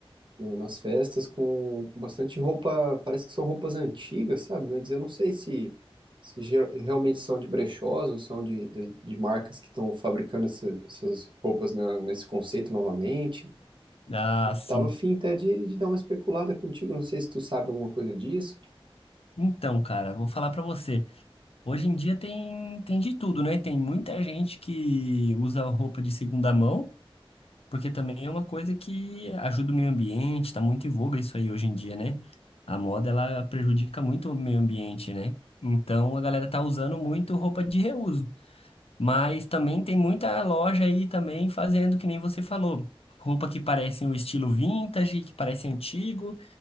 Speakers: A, on the right; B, on the left.
A: no- nas festas, com, com bastante roupa, parece que são roupas antigas, sabe? Mas eu não sei se, se ger- realmente são de brechós ou são de, de, de marcas que estão fabricando essa- essas roupas na- nesse conceito novamente.
B: Ah, sim.
A: Tava afim até de, de dar uma especulada contigo, não sei se tu sabe alguma coisa disso.
B: Então, cara, vou falar pra você. Hoje em dia tem, tem de tudo, né? Tem muita gente que usa roupa de segunda mão, porque também é uma coisa que ajuda o meio ambiente, tá muito em voga isso aí hoje em dia, né? A moda, ela prejudica muito o meio ambiente, né? Então a galera tá usando muito roupa de reuso. Mas também tem muita loja aí também fazendo, que nem você falou, roupa que parece um estilo vintage, que parece antigo,